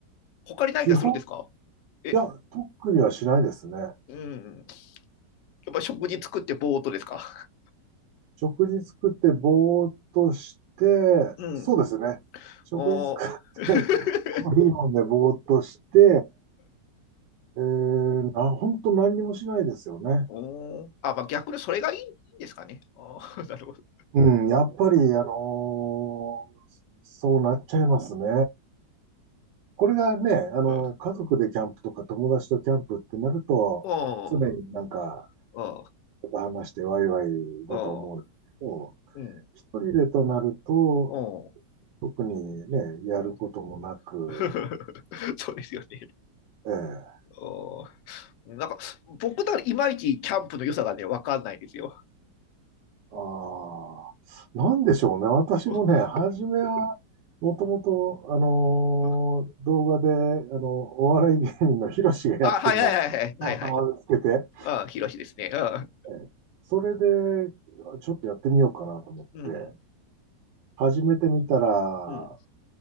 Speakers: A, on the left; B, on the right.
A: 他に何かするんですか
B: 基本、いや、
A: え、
B: 特にはしないですね。
A: うん。やっぱ食事作ってぼーっとですか
B: 食事作ってぼーっとして、
A: うん。
B: そうですね。食事作って、
A: おー <laughs>
B: コーヒー飲んでぼーっとして、えー、な、本当何にもしないですよね。
A: おーあ、まあ、逆にそれがいいんですかね。あー <laughs> なるほど。
B: うん、やっぱり、あのーそうなっちゃいますね。これがね、あの、
A: うん。
B: 家族でキャンプとか友達とキャンプってなると、
A: おお
B: 常になんか、
A: おー
B: ちょっと話してワイワイだと思うけど、
A: おーうん。
B: 一人でとなると、
A: おー
B: 特にね、やることもなく、
A: うん。<laughs> そうですよね。
B: ええ。
A: おーなんか、僕だからいまいちキャンプの良さがね、わかんないんですよ。
B: ああ。なんでしょうね。私もね、
A: <laughs>
B: 初めは、もともと、あのー動画で、
A: うん
B: あの、お笑い芸人のヒロシがやってるのをたまたま見つけて、
A: あ、はいはいはいはい。はいはい。あ、ヒロシですね。あ、
B: ええそれで、ちょっとやってみようかなと思って、
A: うん。
B: 始めてみたら、
A: うん。
B: あ